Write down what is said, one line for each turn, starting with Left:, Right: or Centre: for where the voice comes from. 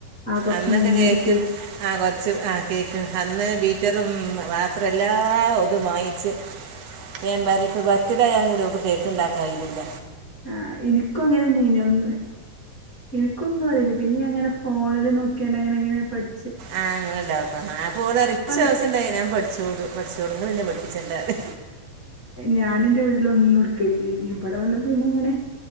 Left: ആ കൊറച്ച്
Right: അന്നൊക്കെ
Left: മുന്നൊരു
Right: കേക്ക് ആഹ് കൊറച്ച് ആ കേക്ക് അന്ന് ബീറ്ററും പാത്രം എല്ലാം ഒതും വാങ്ങിച്ച് അപ്പൊ ഞാൻ പറഞ്ഞ് ഇക്ക് ബർത്ത്ഡേ ആയാ കൂടി ഓക്ക് കേക്ക്‌ണ്ടാക്കാൻ കഴിയൂല.
Left: ആഹ് എനിക്കും അങ്ങനെ തന്നെയായിന്, ഒന്ന് എനിക്കൊന്നും അറില്ല, പിന്നെ ഞാനങ്ങനെ ഫോണിൽ നോക്കിയാണ്ട് അങ്ങനെയിങ്ങനെ പഠി
Right: ആഹ് അങ്ങനെണ്ടാക്കും ആഹ് അപ്പോ ഓള്റയും
Left: ഇപ്പ
Right: ച്ച് ദിവസണ്ടായ ഞാൻ പഠിച്ചോളും. പഠിച്ചോളും നിങ്ങള് എന്നെ പഠിപ്പിച്ചണ്ടാന്ന്
Left: ഞാൻ എന്റെ വീട്ടില് ഒന്നും എടുക്കല്ലേനി, ഇവിടെ വന്ന് പിന്നെ അങ്ങനെ